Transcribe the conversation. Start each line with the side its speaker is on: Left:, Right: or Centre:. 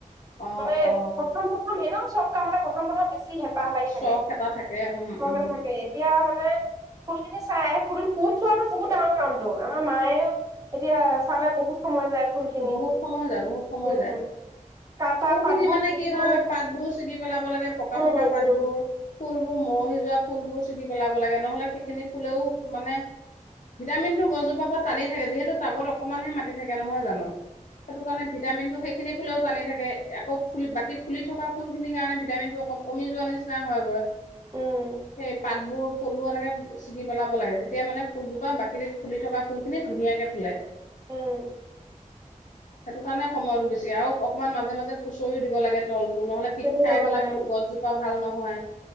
Left: অ
Right: মানে
Left: অ
Right: প্ৰথম প্ৰথমে ন চব কামতে প্ৰথম প্ৰথম বেছি হেপাহ। বাহ লাগি
Left: চখ
Right: থাকে।
Left: এটা থাকে উম
Right: চব
Left: উম
Right: ফালে থাকে এতিয়া মানে ফুল খিনি চায় ফুল ফুল চোৱাটো বহুত ডাঙৰ কামতটো আমাৰ মায়েও এতিয়া চালে বহুত সময় যায়। ফুল খিনি
Left: বহুত সময় যায় বহুত সময়
Right: উম
Left: যায়।
Right: উম কাটা
Left: ফুল
Right: পাতবোৰ
Left: খিনি মানে
Right: কাটি
Left: কি
Right: থাকিব
Left: হয়
Right: লাগে
Left: পাতবোৰ ছিগি পেলাব লাগে পকা
Right: উম
Left: পকা পাতবোৰ
Right: উম
Left: ফুলবোৰ মৰহি যোৱা ফুলবোৰ ছিগি পেলাব লাগে নহলে সেইখিনি ফুলেও মানে ভিটামিনটো গছজোপা পৰা টানি থাকে যিহেতু টাবত অকমান হে মাটি থাকে নহয় জানো। সেইটো কাৰণে ভিটামিনটো সেইখিনিত ফুলেও টানি থাক তাকে আকৌ ফুলি বাকি ফুলি থকা ফুল খিনিৰ কাৰণে ভিটামিনটো অকণ কমি যোৱা নিচিনা হয়গৈ।
Right: উম
Left: সেই পাত বোৰ ফুলবোৰ এনেকে ছিঙি পেলাব লাগে তেতিয়া মানে ফুলজোপা বাকী ফুলি থকা ফুল খিনি ধুনীয়াকে ফুলে।
Right: উম
Left: সেইটো কাৰণে সময়ৰ বেছি আৰু অক অকমান মাজে মাজে খুচৰিও দিব লাগে তল নহ'লে পিত
Right: সেইবোৰ
Left: খাই
Right: কৰিব লাগে
Left: গ'লে গছজোপা ভা ভাল নহয়।